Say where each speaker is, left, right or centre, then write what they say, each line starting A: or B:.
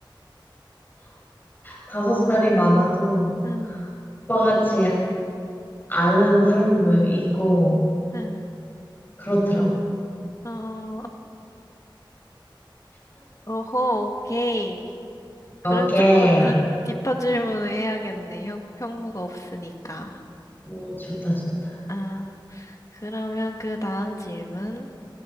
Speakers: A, on the left; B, on the left.
A: 다섯 살이 많아도
B: 응,
A: 오빠같이 아는 사람도 있고,
B: 응.
A: 그렇더라고.
B: 어, 어허, 오케이. 그런
A: 오케이.
B: 쪽도 딥 딥한 질문을 해야겠네. 형, 형부가 없으니까.
A: 어, 좋다, 좋다.
B: 아, 그러면 그 다음 질문.